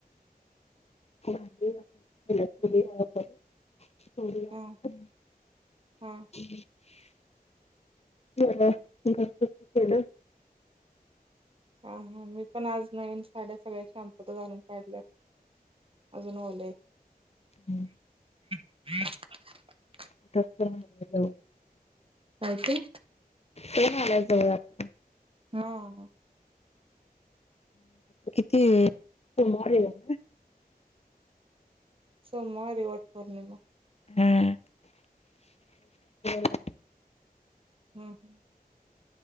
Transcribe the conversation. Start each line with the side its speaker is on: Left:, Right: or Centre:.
Left: <unintelligible> होय.
Right: हा हा
Left: <unintelligible>
Right: हा हा. मी पण आज नवीन साड्या सगळ्या शाम्पूत घालून काढल्यात. अजून ओल्या येत.
Left: हम्म.
Right: <unintelligible>
Left: <unintelligible>
Right: काय ते?
Left: सण आलाय जवळ आता
Right: हा.
Left: <unintelligible>
Right: सोमवारी वटपोर्णिमा.
Left: हम <unintelligible>
Right: हम्म.